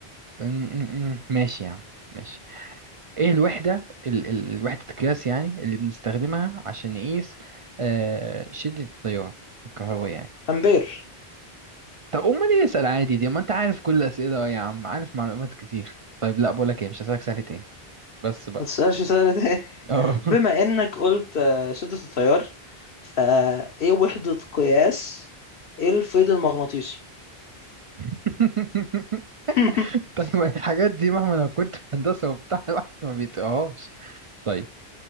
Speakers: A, on the right; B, on the left.
A: م-م-م. ماشي يا عم ماشي ايه الوحدة ال ال وحدة القياس يعني اللي بنستخدمها عشان نقيس آه شدة التيار الكهربائي يعني
B: أمبير
A: طب امال ايه اسأل عادي دي ما انت عارف كل الأسئلة اه يا عم عارف معلومات كتير طيب لا بقولك ايه مش هسألك سهل تاني بس بقى
B: ما تسألش سؤال
A: اه
B: بما انك قلت آه، شدة التيار فايه وحدة قياس ايه الفيض المغناطيسي
A: <laughs>
B: <laughs>
A: طيب الحاجات دي مهما لو كنت في هندسة وبتاع الواحد ما بيتقهاش طيب